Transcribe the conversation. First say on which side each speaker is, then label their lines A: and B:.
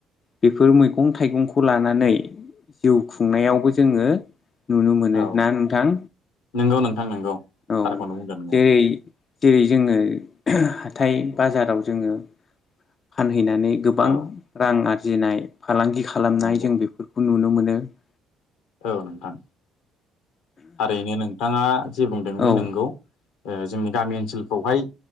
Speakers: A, on the left; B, on the left.
A: बेफोर मैगं, मैगं-थाइगंखौ लानानै जिउ खुंनायावबो जोङो नुनो मोनो
B: औ
A: ना नोंथां?
B: नंगौ नोंथां नंगौ
A: औ
B: थारखौनो बुंदों नोङो
A: जेरै- जेरै जोङो हाथाय-बाजाराव जोङो फान हैनानै गोबां
B: औ
A: रां आरजिनाय फालांगि खालामनाय
B: नंगौ
A: जों बेफोरखौ नुनो मोनो। बिदिनो
B: औ नोंथां थारैनो नोंथाङा जे बुंदों बे
A: औ
B: नंगौ, ओ जोंनि गामि ओनसोलखौहाय